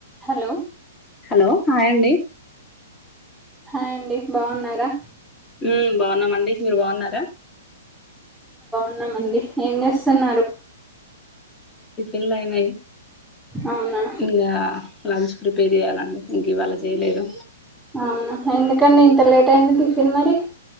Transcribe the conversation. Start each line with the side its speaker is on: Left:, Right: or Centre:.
Centre: Hello
Left: hello hi అండి
Centre: hi అండి బాగున్నారా
Left: ఉ బాగున్నాం అండి మీరు బాగున్నారా
Centre: ఉన్నామండి ఏం చేస్తున్నారు
Left: ఇల్లు అయినాయి
Centre: అవునా
Left: ఇంగా లంచ్ ప్రిపేర్ చేయ్యాలండి ఇంక ఇవాళ చేయలేదు
Centre: అవునా ఎందుకండి ఇంత లేట్ అయింది టిఫిన్ మరి